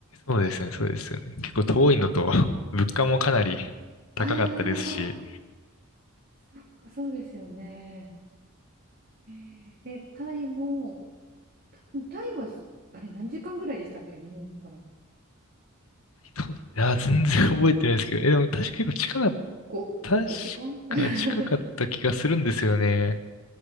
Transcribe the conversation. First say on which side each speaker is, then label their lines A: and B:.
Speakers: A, on the left; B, on the right.
A: そうですね、そうですよね。結構遠いのと、<laughs> 物価もかなり高かったですし、
B: ああ、<laughs> そっか、そうですよね。えーえ、タイも、タタイは、あれ、何時間ぐらいでしたっけ、日本から。5、
A: そういや、全然覚えてないですけど、え、でも確か結構近かっ
B: ごご5時間
A: た、確
B: <laughs>
A: か近かった気がするんですよね。